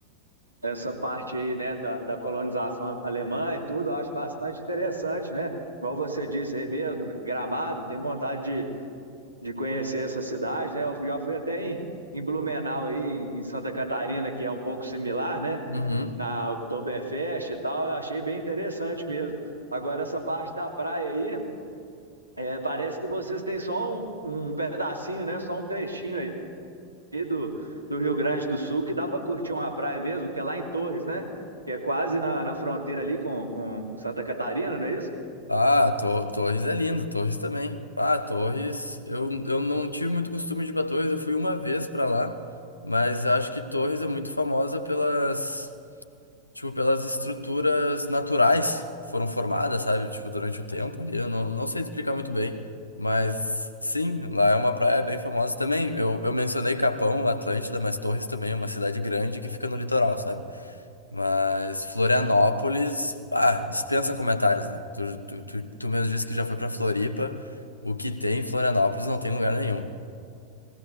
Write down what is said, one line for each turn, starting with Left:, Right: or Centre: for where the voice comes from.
Right: essa parte aí, né, da, da colonização alemã e tudo, eu acho bastante interessante, né? Igual você disse aí mesmo, Gramado, tem vontade de, de conhecer essa cidade, né? Eu já fui até em, em Blumenau aí, em, em Santa Catarina, que é um pouco similar, né?
Left: Uhum.
Right: Na Oktoberfest e tal, eu achei bem interessante mesmo. Agora, essa parte da praia aí. É, parece que vocês têm só um, um pedacinho, né? Só um trechinho aí do, do Rio Grande do Sul que dá para curtir uma praia mesmo, que é lá em Torres, né? Que é quase na, na fronteira ali com, com Santa Catarina, não é isso?
Left: Ah, to- Torres é lindo, Torres também. Ah, Torres, eu, eu não tive muito costume de ir pra Torres, eu fui uma vez pra lá, mas acho que Torres é muito famosa pelas tipo, pelas estruturas naturais que foram formadas, sabe? Tipo, durante o tempo ali. Eu não, não sei te explicar muito bem, mas sim, lá é uma praia bem famosa também. Eu, eu mencionei Capão, Atlântida, mas Torres também é uma cidade grande que fica no litoral, sabe? Mas Florianópolis, ah, dispensa comentários, né? Tu, tu, tu, tu mesmo disse que já foi pra Floripa. O que tem em Florianópolis não tem em lugar nenhum.